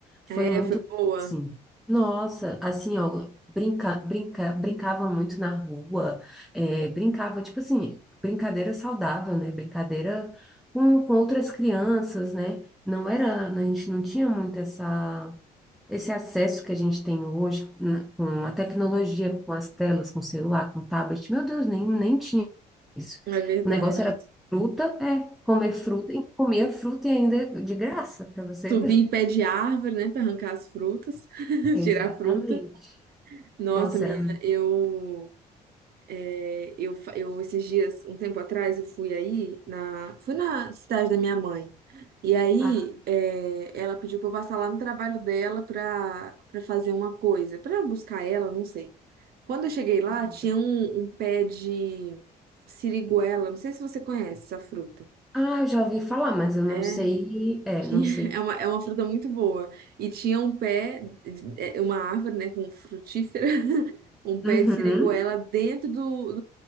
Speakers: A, in the centre; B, on the right (about 50°).
A: Foi
B: É,
A: muito
B: foi boa,
A: assim. Nossa, assim, ó, brinca, brinca, brincava muito na rua, é, brincava, tipo assim, brincadeira saudável, né? Brincadeira com, com outras crianças, né? Não era, a gente não tinha muito essa. Esse acesso que a gente tem hoje na- com a tecnologia, com as telas, com o celular, com o tablet, meu Deus, nem, nem tinha isso.
B: é verdade.
A: O negócio era fruta, é, comer fruta, e comia fruta ainda de graça, para você
B: Subir
A: ver.
B: em pé de árvore, né, pra arrancar as frutas, <laughs>
A: <laughs> Exatamente.
B: tirar a fruta. Nossa,
A: Nossa,
B: menina,
A: era.
B: eu, é, eu, fa- eu esses dias, um tempo atrás, eu fui aí na, fui na cidade da minha mãe. E aí,
A: Ah,
B: é, ela pediu para eu passar lá no trabalho dela para para fazer uma coisa, para buscar ela, não sei. Quando eu cheguei lá,
A: aham.
B: tinha um, um pé de siriguela, não sei se você conhece essa fruta.
A: Ah, eu já ouvi falar, mas eu não
B: É,
A: sei. É,
B: tinha,
A: não sei.
B: <laughs> é uma, é uma fruta muito boa. E tinha um pé, é, uma árvore, né, com frutífera, <laughs> um pé
A: Uhum.
B: de siriguela dentro do,